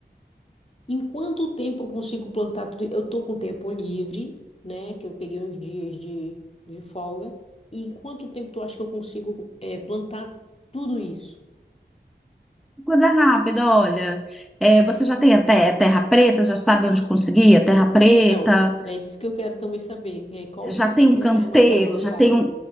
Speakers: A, on the left; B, in the centre.
A: Em quanto tempo eu consigo plantar tudo? Eu tô com tempo livre, né? Que eu peguei uns dias de, de folga. E em quanto tempo tu acha que eu consigo, é, plantar tudo isso?
B: Coisa rápida, olha. É, você já tem até terra preta, já sabe onde conseguir a terra preta,
A: Então, é disso que eu quero também saber. é, qual
B: já
A: tipo
B: tem
A: de
B: um
A: terra
B: canteiro,
A: é mais apropriada?
B: já tem um.